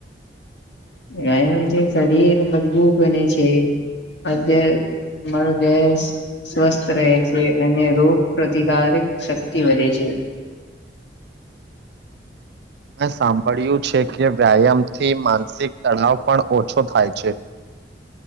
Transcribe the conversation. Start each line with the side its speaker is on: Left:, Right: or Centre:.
Left: વ્યાયામ થી શરીર મજબૂત બને છે. આજ મારો દ સ્વસ્થ રહે છે અને રોગ પ્રતિકારક શક્તિ વધે છે.
Right: મેં સાંભળ્યું છે કે વ્યાયામથી માનસિક તળાવ પણ ઓછો થાય છે. <inaudible>